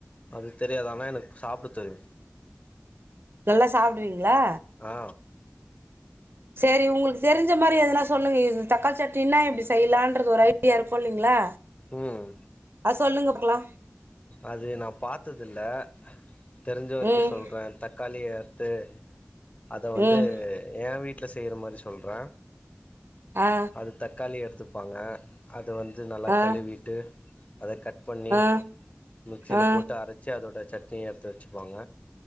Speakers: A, on the left; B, on the right.
A: அது தெரியாது ஆனா எனக்கு சாப்ட தெரியு
B: நல்லா சாப்புடுவீங்ளா
A: ஆ
B: சேரி உங்குளுக்கு தெரிஞ்ச மாரி எதனா சொல்லுங்க இது தக்காளி சட்டினா இப்டி செய்யலான்றது ஒரு ஐடியா இருக்கு இல்லிங்ளா
A: ம்
B: அ சொல்லுங்க பாக்ளா
A: அது நா பாத்ததுதில்ல தெரிஞ்ச வரைக்கு
B: ம்
A: சொல்ற தக்காளிய தே அத வந்து
B: ம்
A: எ வீட்ல செய்ற மாரி சொல்றே
B: ஆ
A: அது தக்காளி எடுத்துப்பாங்க அத வந்து நல்லா
B: ஆ
A: கழுவிட்டு அத கட் பண்ணி
B: ஆ
A: மிக்ஸில
B: ஆ
A: போட்டு அரச்சு அ தோட சட்னி எடுத்து வெச்சுப்பாங்க